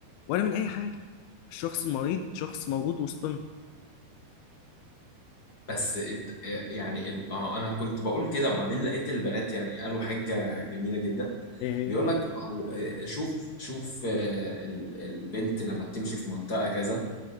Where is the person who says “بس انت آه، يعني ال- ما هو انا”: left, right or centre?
Left